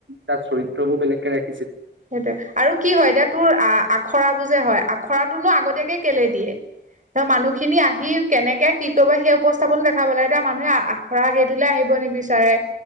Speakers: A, on the right; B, on the right.
A: তাৰ চৰিত্ৰ বোৰ বেলেগকে ৰাখি
B: সেইটোয়ে, আৰু কি হয় এতিয়া তোৰ আ আখৰাটো যে হয় খৰাটোনো আগতীয়াকে কেলে দিয়ে। ধৰ মানুহখিনি আহি কেনেকে কি কৰিব সেই উপস্থাপনো দেখাব লাগে এতিয়া মানুহে আখৰা হেইটোলৈ আহিব নিবিচাৰে।